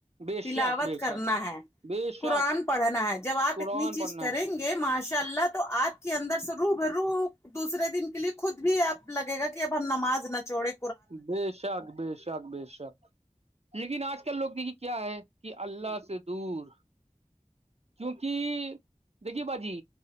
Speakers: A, on the right; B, on the left.
A: بے شک
B: تلاوت
A: بے
B: کرنا
A: شک
B: ہے
A: بے
B: قرآن
A: شک
B: پڑھنا ہے جب آپ
A: قرآن
B: اتنی چیز
A: پڑھنا
B: کریں
A: ہے
B: گے کہ ماشاء اللہ تو آپ کے اندر سے رو ب رو دوسرے دن کے لیے خود بھی آب لگے گا کہ اب ہم نماز نہ چوڑے
A: بے شک بے شک بے شک لیکن آج کل لوگ دیکھیے کیا ہے کہ اللہ سے دور کیونکہ دیکھیے باجی